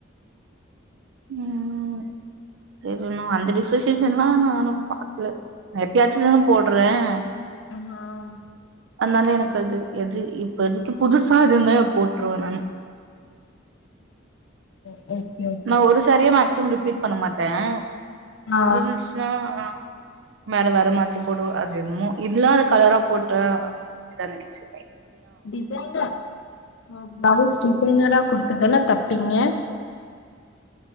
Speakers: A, on the right (about 65°); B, on the left (about 65°).
A: உம் ம் தெரியணு அந்த டிஃப்ரசியேஷன்லா நானும் பாக்கல எப்பயாச்சும்தான போடுறேன்
B: ஆமாம்
A: னால எனக்கு அது எது இப்ப இதுக்கு புதுசா இது இருந்த போட்டுருவேன் நானு
B: ஓ ஓகே ஓகே
A: நான் ஒரு சாரியே மேக்சிமம் ரிப் பீட் பண்ண மாட்டேன்
B: ஆ
A: இருந்துச்சுனா ஆ வேற வேற மாத்தி போடு அது என்ணுமோ இல்லாத கலரா போட்ட இதான் நங்கச்சு
B: டிசைனர்ஹ ப்லவுஸ் டிசைனரா குடு அதுதான தப்பீங்க